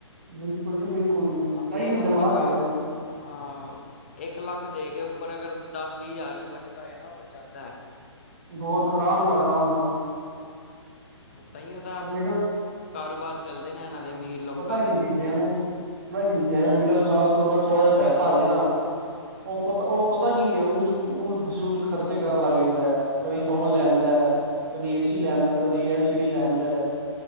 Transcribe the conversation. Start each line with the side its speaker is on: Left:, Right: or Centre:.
Right: ਬਿਲਕੁਲ ਜੀ ਬਿਲਕੁਲ,
Left: ਅਮੀਰ
Right: ਏਹੀ ਵੀ
Left: ਬੰਦਾ
Right: ਦਿਮਾਗ
Left: ਤਾਂ
Right: ਹੈਗਾ ਜੇ।
Left: ਹਾਂ। ਇੱਕ ਲੱਖ ਦੇ ਕੇ ਉੱਪਰ, ਅਗਰ ਦਸ ਵੀਹ ਹਜ਼ਾਰ ਵੀ ਬਚਦਾ ਹੋਏ ਨਾ ਉਹ ਬਚਾਉਂਦਾ ਹੈ।
Right: ਬਹੁਤ ਆਰਾਮ ਨਾਲ, ਆਰਾਮ ਨਾਲ।
Left: ਤਹੀਓ ਤਾਂ,
Right: ਤੇ ਮਿਡਲ
Left: ਕਾਰੋਬਾਰ ਚੱਲਦੇ ਨੇ ਇਹਨਾਂ ਦੇ ਅਮੀਰ ਲੋਕਾਂ
Right: ਪਤਾ ਕੀ
Left: ਦੇ ਵਧੀਆ
Right: ਹੈ ਜੈਵੇਂ ਪਤਾ ਕੀ, ਜੈਵੇਂ ਮਿਡਲ ਕਲਾਸ ਕੋ ਅਗਰ ਥੋੜਾ ਜਿਹਾ ਪੈਸਾ ਆ ਜਾਏ ਨਾ ਉਹ ਪਤਾ ਉਹ ਪਤਾ ਕੀ ਹੈ, ਝ ਉਲ ਫੂਲ ਖਰਚੇ ਕਰਨ ਲੱਗ ਜਾਂਦਾ ਹੈ, ਕਦੀ ਫੋਨ ਲੈਦਾ ਹੈ ਕਦੇ ਏਸੀ ਲੈਣਦਾ, ਕਦੇ ਐਲ ਸੀ ਡੀ ਲੈਣਦਾ ਹੈ